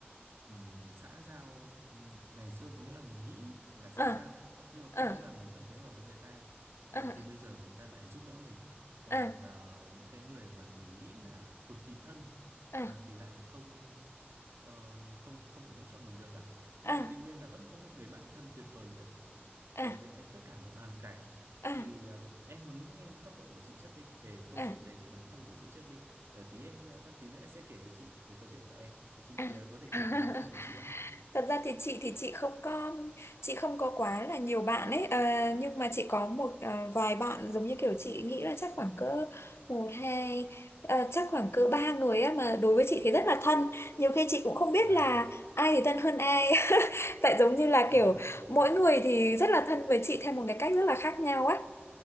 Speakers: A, on the right; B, on the left.
A: Ừm, xã giao ừm, ngày xưa có nghĩa là mình nghĩ là xã
B: à
A: giao nhưng mà
B: à
A: có nghĩa là mình vẫn thế hợp với người ta Ờ,
B: à
A: thì bây giờ người ta lại giúp đỡ mình còn
B: à
A: ờ, những cái người mà mình nghĩ là cực kỳ thân
B: à
A: ờ, thì lại không ờ, không không thể hỗ trợ mình được á
B: à
A: nhưng mà tuy nhiên là vẫn có một người bạn thân tuyệt vời nhất
B: à
A: ở bên em tất cả mọi hoàn cảnh
B: à
A: thì ờ, em muốn nghe cái góc độ của chị trước đi về câu
B: à
A: chuyện về người bạn thân của chị trước đi rồi tí em nữa- tí nữa em sẽ kể cho chị về câu chuyện của em thì chị
B: à.
A: ờ, có thể
B: à. <laughs>
A: kể về bạn thân của chị không
B: Thật ra thì chị thì chị không có chị không có quá là nhiều bạn ấy ờ, nhưng mà chị có một ờ, vài bạn giống như kiểu chị nghĩ là chắc khoảng cỡ một hai ờ, chắc khoảng cỡ ba người á mà đối với chị thì rất là thân nhiều khi chị cũng không biết
A: dạ
B: là ai thì thân hơn ai <laughs> tại giống như là
A: <laughs>
B: kiểu mỗi người thì rất là thân với chị theo một cái cách rất là khác nhau á